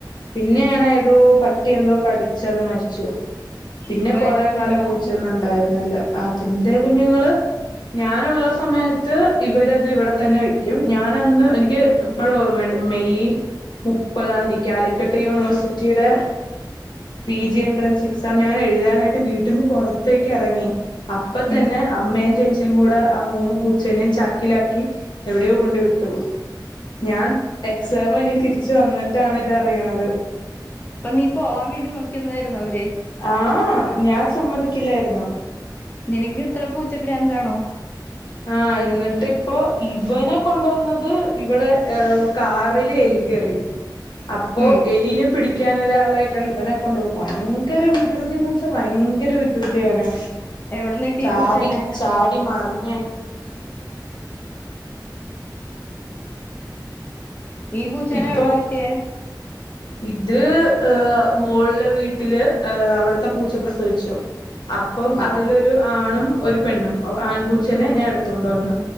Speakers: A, on the left; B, on the left.
A: പിന്നെയാണ് ഏതോ പട്ടിന്തോ കടിച്ച അത് മരിച്ചു പിന്നെ
B: അപ്പൊ
A: കൊറേ
B: അതിന്റെ കുഞ്ഞുങ്ങളാ
A: കാലം പൂച്ചിന്നുണ്ടായിരുന്നു ല്ല അതിന്റെ കുഞ്ഞുങ്ങള് ഞാനുള്ള സമയത്ത് ഇവരത് ഇവിടെ തന്നെ വയ്ക്കും ഞാനന്ന് എനിക്ക് ഇപ്പോഴ ഓർമ്മയണ്ട് മെയ് മുപ്പതാം തീയതി കാലിക്കട്ട് യൂണിവേഴ്സിറ്റിയുടെ പി ജി എൻട്രൻസ് എക്സാം ഞാൻ എഴുതാനായിട്ട് വീ ട്ടന്ന് പുറത്തേക്ക് ഇറങ്ങി അപ്പ തന്നെ
B: ഉം
A: അമ്മയും ചേചി അച്ചയും കൂടെ ആ മൂന്ന് പൂച്ചേനയും ചാക്കിലാക്കി എവിടെയോ കൊണ്ട് വിട്ട ഞാൻ എ എക്സാം കഴിഞ്ഞ് തിരിച്ച് വന്നിട്ടാണ് ഇതറിയണത്.
B: അപ്പൊ നീ പോവാൻ വേണ്ടി നോക്കിരതായിരുന്നു അവ
A: ആ ഞാൻ സമ്മതിക്കില്ലായിരുന്നു.
B: നിനക്ക് ഇത്ര പൂച്ചഭ്രാന്താണോ?
A: ആ എന്നിട്ട് ഇപ്പോ ഇവനെ കൊണ്ടുവന്നത് ഇവിടെ കാറില് എലി കേറി അപ്പോ
B: ഉം
A: എലീനെ പിടി ക്കാനൊരാളായിട്ടാണ് ഇവനെക്കൊണ്ട് ഭയങ്കര വികൃതിന്ന് വെച്ചാ ഭയങ്കര വികൃതി അവന്.
B: എവിടന്ന് കിട്ടി
A: ചാടി
B: ഈ പൂച്ചേനെ
A: ചാടി മറി <unintelligible>
B: ഈ പൂച്ചേനെ
A: ഇപ്പൊ
B: എവിടന്ന കിട്ടിയേ?
A: ഇത് ഏഹ് മോളിലെ വീട്ടില് അവിടുത്തെ പൂച്ച പ്രസവിച്ചു. അപ്പം
B: ആഹ്
A: അതിലൊരു ആണും, ഒരു പെണ്ണും ആൺപൂച്ചേനെ ഞാനെടുത്തൊണ്ട് വന്ന്.